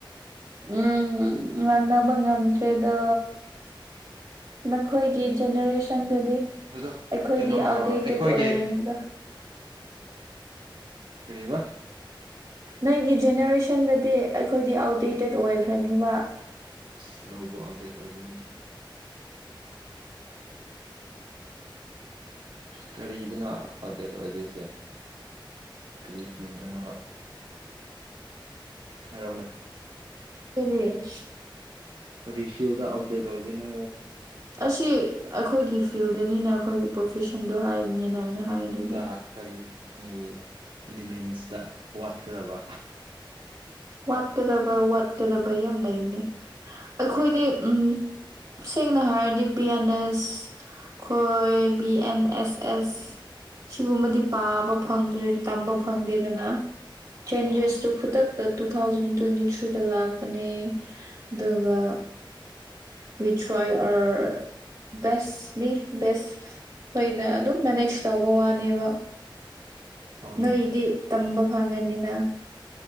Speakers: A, on the right; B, on the right.
A: ꯎꯝ ꯉꯥꯡꯅꯕ ꯉꯝꯗ꯭ꯔꯦꯗ ꯅꯈꯣꯏꯒꯤ ꯖꯦꯅꯦꯔꯦꯁꯟꯗꯨꯗꯤ
B: ꯑꯗꯣ
A: ꯑꯩꯈꯣꯏꯗꯤ
B: ꯀꯩꯅꯣ
A: ꯑꯥꯎꯠꯗꯦꯇꯦꯠ
B: ꯑꯩꯈꯣꯏꯒꯤ
A: ꯑꯣꯏꯔꯅꯤ ꯑ
B: ꯀꯔꯤꯕ
A: ꯅꯣꯏꯒꯤ ꯖꯦꯅꯦꯔꯦꯁꯟꯗꯨꯗꯤ ꯑꯩꯈꯣꯏꯗꯤ ꯑꯥꯎꯠꯗꯦꯇꯦꯠ ꯑꯣꯏꯈ꯭ꯔꯅꯤꯕ
B: ꯏꯁ ꯂꯧꯕꯨ ꯑꯞꯗꯦꯠ ꯑꯣꯏꯕ꯭ꯔꯅꯦ ꯀꯔꯤꯗꯅꫭ ꯑꯥꯎꯗꯦꯠ ꯑꯣꯏꯗꯣꯏꯁꯦ ꯀꯔꯤ ꯐꯤ ꯌꫭꯟꯗꫭꯏꯅꫭꯕ ꯍꯥꯏꯔꯧꯅꯦ
A: ꯁꯨꯗꯦ ꯑꯩ
B: ꯀꯔꯤ ꯐꯤꯜꯗ ꯑꯥꯎꯗꯦꯠ ꯑꯣꯏꯗꯣꯏꯅꯣ
A: ꯑꯁꯤ ꯑꯩꯈꯣꯏꯒꯤ ꯐꯤꯜꯗꯅꯤꯅ ꯑꯩꯈꯣꯏꯒꯤ ꯄ꯭ꯔꯣꯐꯦꯁꯟꯗꯣ ꯍꯥꯏꯕꯅꯤꯅ ꯑꯩꯅ ꯍꯥꯏꯗꯨꯗꯤ
B: ꯑꯗꯨꯗ ꯀꯔꯤꯒꯤ ꯏꯂꯤꯃꯦꯟꯁꯇ ꯋꯥꯠꯀꯗꯕ
A: ꯋꯥꯠꯀꯗꯕ ꯋꯥꯠꯀꯗꯕ ꯌꯥꯝ ꯂꯩꯕꯅꯦ ꯑꯩꯈꯣꯏꯗꯤ ꯎꯝ ꯁꯦꯡꯅ ꯍꯥꯏꯔꯗꯤ ꯕꯤ ꯌꯥ ꯅꯦꯁ ꯑꯈꯣꯏ ꯕꯤ ꯑꯦꯟ ꯑꯦꯁ ꯑꯦꯁ ꯁꯤꯒꯨꯝꯕꯗꯤ ꯄꯥꯕ ꯐꯪꯗ꯭ꯔꯦ ꯇꯝꯕ ꯐꯪꯗꯦꯗꯅ ꯆꯦꯟꯖꯦꯁꯇꯨ
B: ꯑꯥ
A: ꯈꯨꯗꯛ ꯇꯨ ꯇꯨꯊꯥꯎꯖꯟ ꯇꯨ꯭ꯋꯦꯟꯇꯤ ꯊ꯭ꯔꯤꯗ ꯂꯥꯛꯄꯅꯦ ꯑꯗꯨꯒ ꯋꯤ ꯇ꯭ꯔꯥꯏ ꯑꯔ ꯕꯦꯁ ꯅꯤ ꯕꯦꯁ ꯅꫭꯏꯅ ꯑꯗꯨꯝ ꯃꯦꯅꯦꯖ ꯇꯧꯕ ꯋꯥꯅꯦꯕ
B: ꯑꯥ
A: ꯅꯣꯏꯒꯤꯗꯤ ꯇꯝꯕ ꯐꯪꯉꯅꯤꯅ